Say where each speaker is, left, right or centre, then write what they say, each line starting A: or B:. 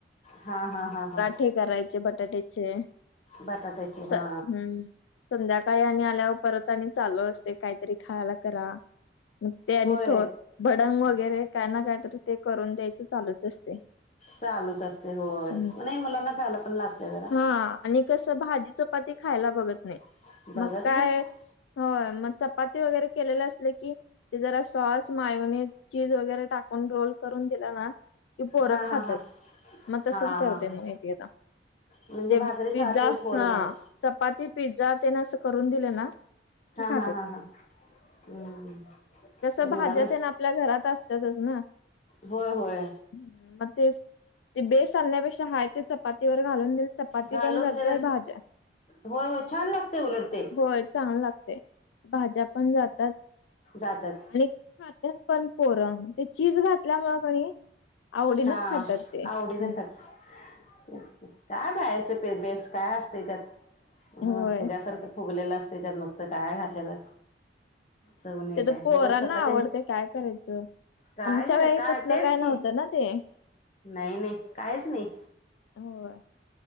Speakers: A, on the left (about 40°); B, on the left (about 85°).
A: हा हा हा हा हा.
B: ठे करायचे बटाट्याचे
A: बटाट्याचे
B: स हम्म.
A: हा
B: संध्याकाळी आणि आल्यावर परत आणि चालू असते काहीतरी खायला करा. ते आणि
A: होय
B: थो भडंग वगैरे काय ना काय तर ते करून द्यायचं चालूच असते.
A: चालूच असते होय
B: हम्म.
A: नाही मुलांना खायला पण लागते जरा.
B: हा आणि कसं भाजी चपाती खायला बघत नाही.
A: <inaudible>
B: मग काय
A: नाहीत
B: होय मग, चपाती वगैरे केलेले असले की. ते जरा सॉस मायुनी चीज वगैरे, टाकून रोल करून दिला ना. की पोरं
A: हा
B: खात्यात
A: हा हा
B: मग तसच,
A: हा
B: करते
A: हा हा
B: मग एकएकदा.
A: म्हणजे
B: ते
A: भाकरी
B: पिझ्झा
A: खात नाहीत पोरं
B: हा,
A: मग
B: चपाती पिझ्झा तेन असं करून दिलं ना. की
A: हा
B: खातात
A: हा हा हा हम्म.
B: कसं
A: ते
B: भाज्यात
A: मुलांना
B: तेन आपल्या घरात असत्यातच ना.
A: होय होय
B: हम मग तेच ते बेस आण्यापेक्षा हाय ते चपाती वर घालून दिलं चपाती
A: घालून
B: पण जात्या
A: त्याला
B: भाज्या
A: होय होय छान लागते उलट ते
B: होय चांगल लागते भाज्या पण जातात.
A: जात्यात.
B: आणि खात्यात पण पोरं ते चीज घातल्यामुळ कणी. आवडीनं
A: हा
B: खातात ते हम्म
A: आवडीन खात्यात तेच की. काय बाहेरच प बेस काय असते. त्यात अ
B: होय
A: फुग्यासारखं, फुगलेलं असते त्यात, नुसतं काय घातलेलं. चव नाही
B: ते
A: काय
B: तर
A: नाही.
B: पोरांना
A: उगच चपाती
B: आवडते
A: तेन.
B: काय करायचं
A: काय
B: आमच्या
A: खरं
B: वेळी
A: काय
B: तसलं
A: तेच
B: नव्हतं
A: की,
B: ना ते
A: नाही नाही कायच नाही.
B: होय.